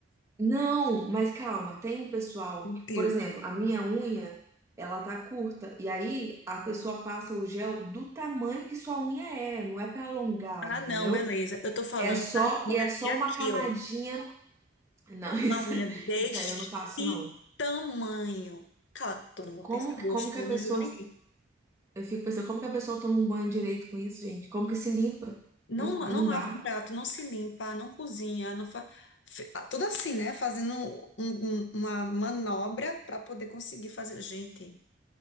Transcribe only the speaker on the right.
Não, mas calma, tem um pessoal
que,
por exemplo, a minha unha, ela tá curta, e aí a pessoa passa o gel do tamanho que sua unha é, não é pra alongar,
entendeu?
É só,
e é só
uma camadinha.
Não, <laughs> isso,
isso aí eu não faço, não.
Como,
que-
como que
a
pessoa,
eu fico pensando, como que a pessoa toma um banho direito com isso, gente? Como que se limpa?
Não, não
dá.